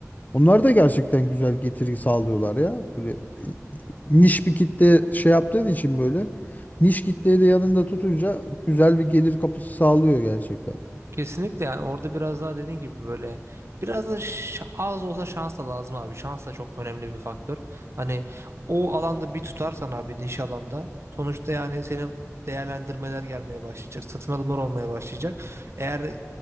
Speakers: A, on the left (about 30°); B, on the right (about 55°).
A: Onlar da gerçekten güzel getiri sağlıyorlar ya. Böyle niş bir kitle şey yaptığın için böyle niş kitleyi de yanında tutunca güzel bir gelir kapısı sağlıyor gerçekten.
B: Kesinlikle yani orada biraz daha dediğin gibi böyle biraz da ş- az olsa şans da lazım abi. Şans da çok önemli bir faktör. Hani o alanda bir tutarsan abi niş alanda sonuçta yani senin değerlendirmeler gelmeye başlayacak. Satın alımlar olmaya başlayacak. Eğer